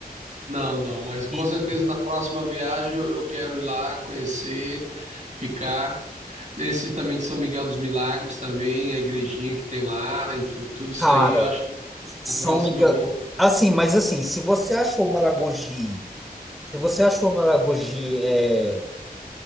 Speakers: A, on the right; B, in the centre.
A: Não, não, mas com
B: E,
A: certeza na próxima viagem eu eu quero ir lá conhecer, ficar. Esse também de São Miguel dos Milagres também, a igrejinha que tem lá, enfim, tudo isso
B: cara,
A: aí eu acho que
B: São
A: na próxima
B: Miguel.
A: eu vou.
B: Assim, mas assim, se você achou Maragogi, se você achou Maragogi. é,